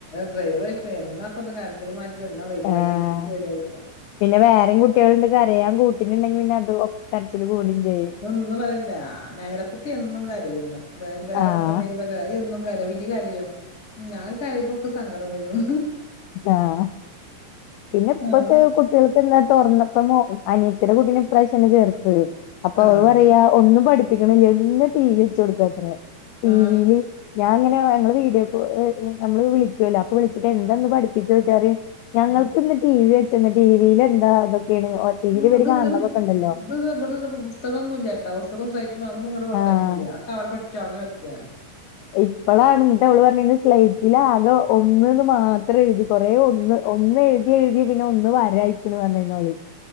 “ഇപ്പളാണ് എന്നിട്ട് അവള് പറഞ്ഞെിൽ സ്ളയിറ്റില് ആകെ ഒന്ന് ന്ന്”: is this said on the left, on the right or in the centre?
Left